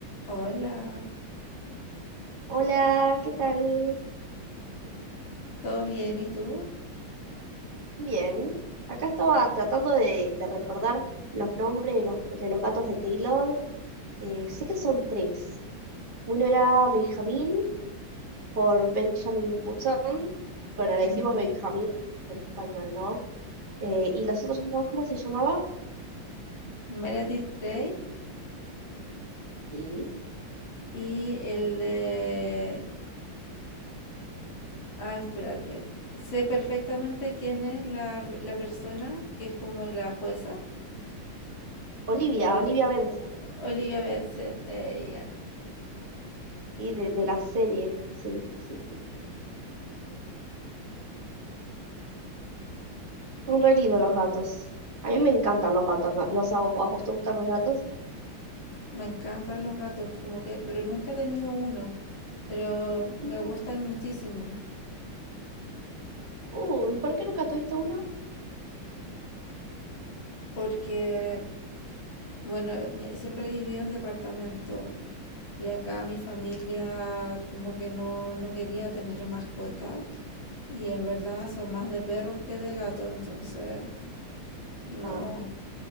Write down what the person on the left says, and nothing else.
Hola,
¿todo bien? ¿Y tú?
Ujú.
Meredith Grey
y el de... Ah, espérate. Sé perfectamente quién es la, la persona que es como la jueza,
pero
Olivia Benson, ella.
Me encantan los gatos, como que, pero nunca he tenido uno, pero me
gustan muchísimo
porque, bueno, eh, mi- siempre he vivido en departamento Y acá mi familia como que no, no quería tener mascota. Y en verdad son más de perros que de gatos, entonces no,